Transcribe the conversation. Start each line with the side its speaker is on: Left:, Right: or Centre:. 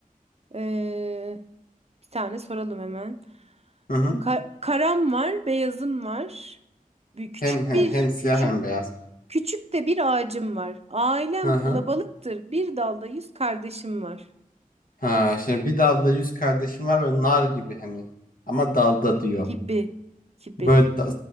Right: Ee, bir tane soralım hemen.
Left: Hı hı.
Right: Ka- karam var, beyazım var. Bir küçük
Left: Hem he,
Right: bir
Left: hem siyah
Right: küçük
Left: hem beyaz.
Right: küçük de bir ağacım var. Ailem
Left: Hı
Right: kalabalıktır.
Left: hı.
Right: Bir dalda yüz kardeşim var.
Left: Ha şimdi bir dalda yüz kardeşim var ve nar gibi hani. Ama dalda diyor.
Right: Gibi gibi.
Left: Böyle da-